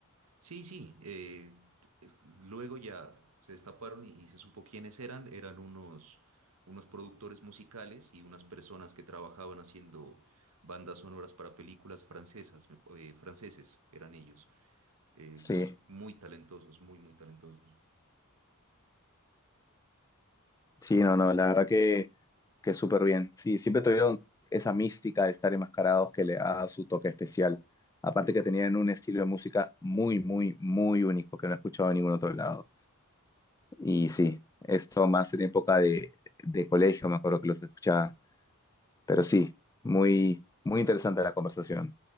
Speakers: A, on the right; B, on the left.
A: Sí, sí. eh, eh, luego ya se destaparon y, y se supo quiénes eran. Eran unos, unos productores musicales y unas personas que trabajaban haciendo bandas sonoras para películas francesas, me- eh, franceses, eran ellos. Eh,
B: Sí.
A: pues muy talentosos, muy, muy talentosos.
B: Sí, no, no, la verdad que, que súper bien. Sí, siempre tuvieron esa mística de estar enmascarados que le da su toque especial. Aparte que tenían un estilo de música muy, muy, muy único que no he escuchado en ningún otro lado. Y sí, esto más en época de, de colegio, me acuerdo que los escuchaba. Pero sí, muy, muy interesante la conversación.